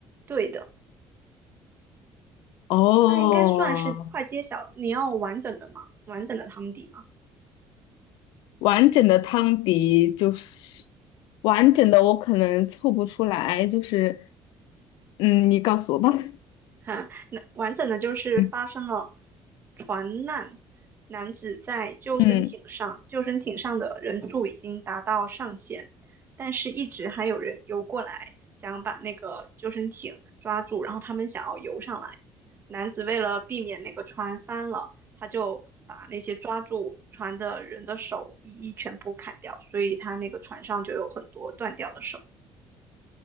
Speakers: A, on the right (about 30°); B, on the left (about 85°).
A: 对的，
B: 哦，
A: 这应该算是快揭晓了。你要完整的吗？完整的汤底吗？
B: 完整的汤迪就是完整的，我可能凑不出来，就是嗯，你告诉我吧。<laughs>
A: 哈，那完整的就是发生了
B: 嗯
A: 船难，男子在救生艇上，
B: 嗯，
A: 救生艇上的人数已经达到上限，但是一直还有人游过来，想把那个救生艇抓住，然后他们想要游上来。男子为了避免那个船翻了，他就把那些抓住船的人的手一一全部砍掉，所以他那个船上就有很多断掉的手。